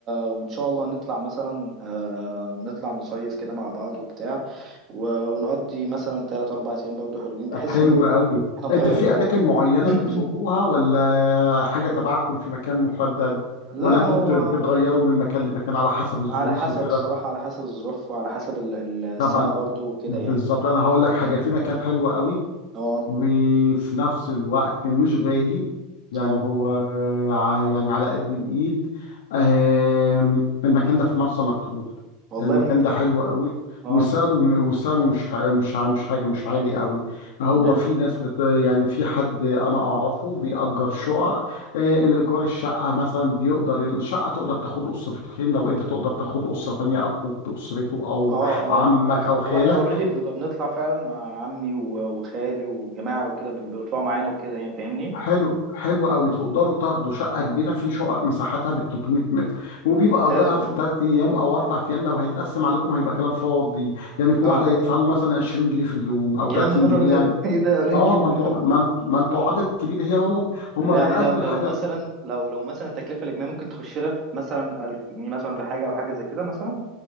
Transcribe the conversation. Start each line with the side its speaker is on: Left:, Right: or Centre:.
Right: وإن شاء الله نطلع مثلا آه، نطلع نصيف كده مع بعض وبتاع و... ونقضي مثلا تلات أربع أيام برضو حلوين بحيث
Left: حلو
Right: إن
Left: قوي
Right: احنا نغير
Left: انت في
Right: جو
Left: اماكن معينة
Right: <clears throat>
Left: بتروحوها ولا حاجة تبعكم في مكان محدد
Right: لا
Left: ولا انتوا
Right: هو
Left: بت- بتغيروا من مكان لمكان على حسب الظروف
Right: على حسب
Left: وكده
Right: الصراحة على حسب الظروف وعلى حسب ال- ال- السنة
Left: طبعا
Right: برضو وكده
Left: بالظبط
Right: يعني
Left: انا هقول لك حاجة
Right: فاهمني؟
Left: في مكان حلو قوي
Right: اه
Left: وفي نفس الوقت مش غالي يعني
Right: اه
Left: هو ع- يعني على قد الإيد آم، المكان ده في مرسى مطروح
Right: والله
Left: المكان
Right: ممتاز
Left: ده حلو قوي
Right: اه
Left: وسعره وسعره مش ح- مش ع- مش حاجة مش عالي قوي هو
Right: تمام
Left: في ناس بت يعني في حد أنا أعرفه بيأجر شقق آه، الإيجار الشقة مثلا بيقدر الشقة تقدر تاخد أسرتين لو أنت تقدر تاخد أسرة تانية أخوك بأسرته أو
Right: اه اه
Left: عمك أو خالك
Right: هو احنا اوريدي بنبقى بنطلع فعلا مع عمي و- وخالي وجماعة وكده بيطلعوا معانا وكده يعني فاهمني
Left: حلو حلو قوي تقدروا تاخدوا شقه كبيره في شقق مساحتها ب 300 متر وبيبقى
Right: ممتاز
Left: اجارها
Right: والله
Left: في الثلاث ايام او اربع ايام لو هيتقسم عليكم هيبقى كلام فاضي يعني كل
Right: اه
Left: واحد هيدفع له مثلا 20 جنيه في اليوم او 30
Right: يا نهار
Left: جنيه
Right: ابيض
Left: يعني
Right: <laughs> ايه ده قليل
Left: اه
Right: جدا
Left: ما انتوا
Right: <laughs>
Left: ما انت- ما انتوا عدد كبير هي هو هم
Right: يعني
Left: اجمل
Right: لو لو
Left: حاجه
Right: مثلا
Left: في-
Right: لو لو مثلا التكلفه الاجنبيه ممكن تخش لها في مثلا 1000 جنيه مثلا ولا حاجه او حاجه زي كده مثلا